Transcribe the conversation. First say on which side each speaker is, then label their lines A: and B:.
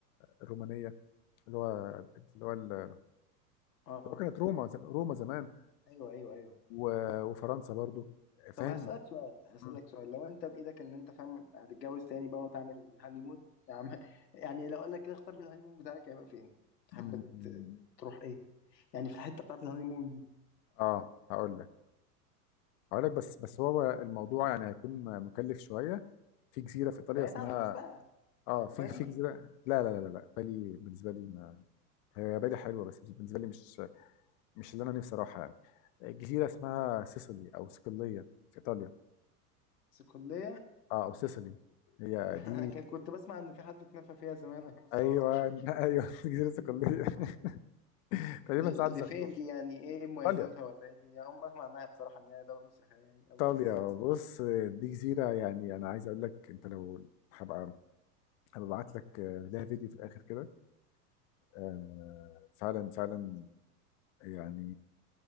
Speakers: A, on the left; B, on the left.
A: الرومانيه اللي هو اللي هو ال- اللي
B: أه
A: هو كانت روما ز- روما زمان
B: أيوه أيوه أيوه
A: و- وفرنسا برضو فاهم
B: طب هسألك سؤال هسألك
A: مم.
B: سؤال لو أنت بإيدك إن أنت فاهم هتتجوز تاني بقى وتعمل هانيمون يا عم <laughs> يعني لو أقول لك كده اختار الهانيمون بتاعك هيبقى فين؟ تحب
A: مم.
B: ت- تروح إيه؟ يعني في الحتة بتاعت الهانيمون دي
A: اه هقول لك اقول لك بس بس هو الموضوع يعني هيكون مكلف شويه في جزيره في ايطاليا
B: بعيد
A: اسمها
B: عن الفلوس بقى
A: اه في
B: بالي
A: في جزيره لا لا لا لا لا بالي بالنسبه لي ما هي بالي حلوه بس بالنسبه لي مش مش اللي انا نفسي اروحها يعني جزيره اسمها سيسيلي او صقليه في ايطاليا
B: بس كلية
A: اه او سيسيلي هي
B: انا
A: دي
B: كان- كنت بسمع ان في حد اتنفى فيها زمان ايام الثوره
A: ايوه
B: مش
A: <laughs> ايوه جزيره صقليه
B: <laughs>
A: <laughs> تقريبا
B: دي,
A: ساعه
B: دي
A: زيتون
B: فين دي يعني ايه مميزاتها
A: ايطاليا
B: ولا ايه الدنيا اول ما اسمع عنها بصراحه انها دوله سياحيه يعني
A: ايطاليا
B: او جزيره سياحيه
A: بص دي جزيره يعني انا عايز اقول لك انت لو هبقى هبعت لك لها فيديو في الاخر كده آه، فعلا فعلا يعني